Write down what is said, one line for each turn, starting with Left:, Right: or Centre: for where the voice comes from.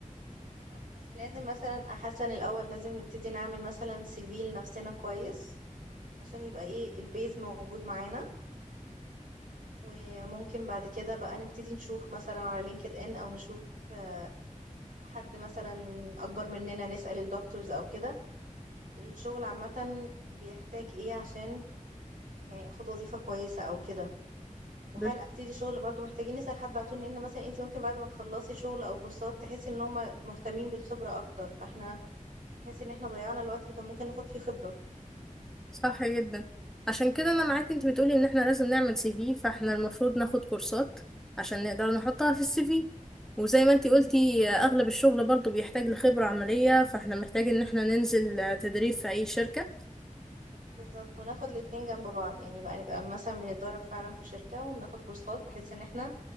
Right: بالظبط. بس لازم مثلا احسن الاول لازم نبتدي نعمل مثلا سي في لنفسنا كويس عشان يبقى ايه البيز موجود معانا وممكن بعد كده بقى نبتدي نشوف مثلا على لينكد ان او نشوف آه، حد مثلا اكبر مننا نسأل الدكتورز او كده الشغل عامة بيحتاج ايه عشان يعني اخد وظيفة كويسة او كده وهل
Centre: بس.
Right: ابتدي شغل برضو محتاجين نسأل حد على طول لان مثلا انت ممكن بعد ما تخلصي شغل او كورسات تحسي ان هم مهتمين بالخبرة اكتر فاحنا نحس ان احنا ضيعنا الوقت اللي كان ممكن ناخد فيه خبرة
Centre: صح جدا عشان كده أنا معاك أنت بتقولي إن احنا لازم نعمل سي في فاحنا المفروض ناخد كورسات عشان نقدر نحطها في السي في وزي ما انت قلتي آه، أغلب الشغل برضو بيحتاج لخبرة عملية فاحنا محتاج إن احنا ننزل آه، تدريب في أي شركة
Right: بالظبط وناخد الاتنين جنب بعض يعني بقى نبقى مثلا بنتدرب فعلا في شركة وبناخد كورسات بحيث ان احنا